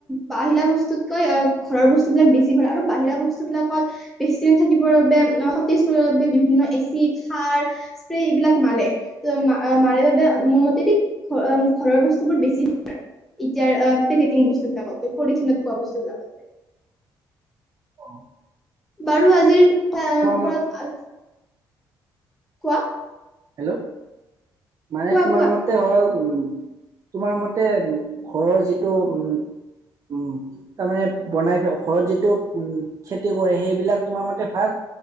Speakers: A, in the centre; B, on the right.
A: বাহিৰা বস্তুতকৈ আহ ঘৰৰ বস্তু বিলাক বেছি ভাল আৰু বাহিৰা বস্তু বিলাকত। বেছিদিন থাকিবৰ বাবে সতেজ কৰিবৰ বাবে বিভিন্ন এচিড সাৰ। স্প্ৰে এইবিলাক মালে। মাৰে বাবে মোৰ মতে দি ঘৰৰ বস্তু বোৰ বেছি চলে। এতিয়া পেকেটিং বস্তু বিলাকতকৈ পলিথিনত পোৱা বস্তু বিলাকতকৈ।
B: অ।
A: বাৰু আজিৰ তাৰ ওপৰত।
B: মত
A: কোৱা?
B: হেল্ল' মাইয়ে
A: কোৱা
B: তোমাৰ
A: কোৱা
B: মতে। তে হ'ল উম তোমাৰ মতে উ ঘৰৰ যিটো উম উম। তাৰমানে বনাই থোৱা ঘৰত যিটো উ খেতি কৰে সেইবিলাক তোমাৰ মতে ভাল।